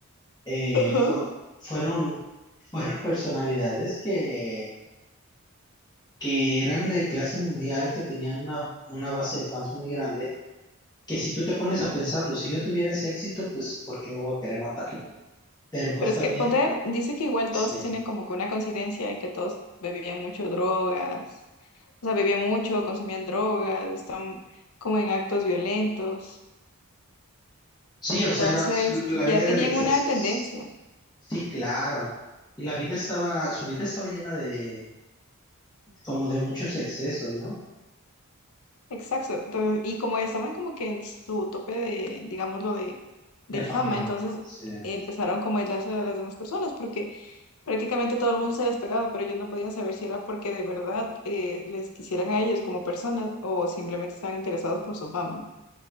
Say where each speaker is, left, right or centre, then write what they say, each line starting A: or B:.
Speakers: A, on the left (about 20°); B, on the left (about 80°).
A: eh,
B: Ajá.
A: fue- fueron, fueron personalidades que, que eran de clase mundial, que tenían una, una base de fans muy grande, que si tú te pones a pensarlo, si yo tuviera ese éxito, pues ¿por qué me voy a querer matar? Pero pues
B: Pero es
A: también,
B: que ponte, dice que igual
A: sí,
B: todos tienen como que una coincidencia en que todos bebían mucho drogas. O sea, bebían mucho, consumían drogas, están como en actos violentos.
A: sí,
B: Entonces,
A: o sea, era, la
B: ya
A: vida era
B: tenían
A: de excesos.
B: una tendencia.
A: Sí, claro. Y la vida estaba, su vida estaba llena de, como de muchos excesos, ¿no?
B: Exacto. Entonces, y como estaban como que en su tope de, digámoslo, de, de
A: De fama.
B: fama, entonces
A: Sí.
B: empezaron como a aislarse de las demás personas porque prácticamente todo el mundo se les pegaba, pero ellos no podían saber si era porque de verdad eh, les quisieran a ellos como personas o simplemente estaban interesados por su fama.